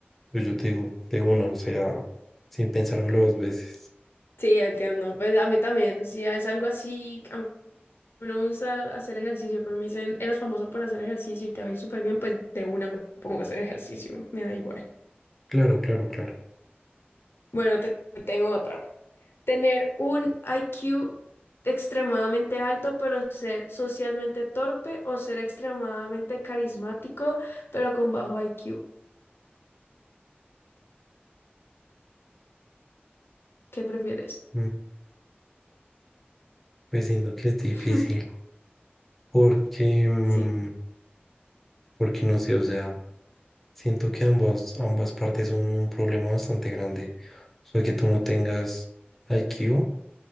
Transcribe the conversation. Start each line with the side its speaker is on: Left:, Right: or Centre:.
Centre: pues yo te digo de una, o sea, sin pensármelo dos veces.
Left: Sí, entiendo. Pues a mí también, si es algo así. mí no me gusta hacer ejercicio, pero me dicen, eras famosa por hacer ejercicio y te va a ir súper bien, pues de una me pongo a hacer ejercicio, me da igual.
Centre: Claro, claro, claro.
Left: Bueno, te te tengo otra. Tener un I Q extremadamente alto, pero ser socialmente torpe o ser extremadamente carismático, pero con bajo I Q ¿Qué prefieres?
Centre: Mm, Pues siento que es difícil,
Left: <laughs>
Centre: porque, mm,
Left: Sí.
Centre: porque no sé, o sea. Siento que ambas, ambas partes son un problema bastante grande. O sea, que tú no tengas IQ, o